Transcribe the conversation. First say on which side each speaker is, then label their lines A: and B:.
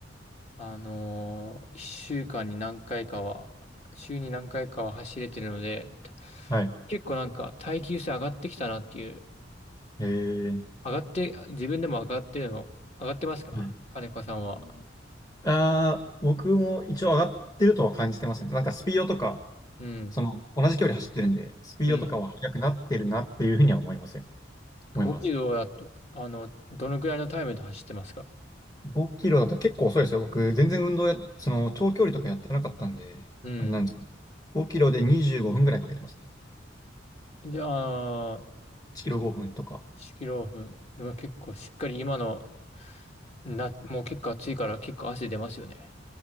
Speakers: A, on the left; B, on the left.
A: あのー、1週間に何回かは、週に何回かは走れてるので、た
B: はい、
A: 結構なんか耐久性上がってきたなっていう、
B: えー、
A: 上がって、自分でも上がってるの、上がってますか金子さんは。
B: はい、ああ、僕も一応上がってるとは感じてますね。なんかスピードとか、
A: うん
B: その、同じ距離走ってるんで、スピードとかは速くなってるなっていうふうには思いますよ。
A: うん。
B: 思います。
A: 5キロだと、あの、どのくらいのタイムで走ってますか
B: 5キロだと結構遅いですよ。僕、全然運動や、その長距離とかやってなかったんで、
A: うん。
B: あれなんですけど、5キロで25分ぐらいかけてますね。
A: じゃあ、
B: 1キロ5分とか。
A: 1キロオフ。でも結構しっかり今の、な、もう結構暑いから結構汗出ますよね。